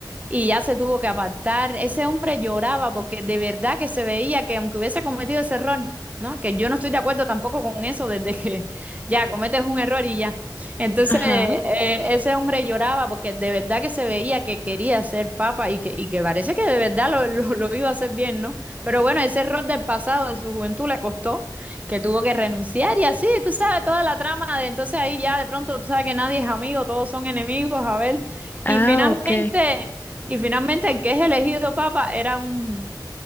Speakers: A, on the right; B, on the left.
A: y ya se tuvo que apartar. Ese hombre lloraba porque de verdad que se veía que aunque hubiese cometido ese error, ¿no? Que yo no estoy de acuerdo tampoco con eso desde que <laughs> ya cometes un error y ya. Entonces,
B: ajá.
A: eh, ese hombre lloraba porque de verdad que se veía que quería ser papa y que, y que parece que de verdad lo, lo, lo iba a hacer bien, ¿no? Pero bueno, ese error del pasado, de su juventud, le costó que tuvo que renunciar y así, tú sabes, toda la trama de entonces ahí ya de pronto tú sabes que nadie es amigo, todos son enemigos, a ver,
B: Ah,
A: y finalmente,
B: ok.
A: y finalmente el que es elegido papa era un,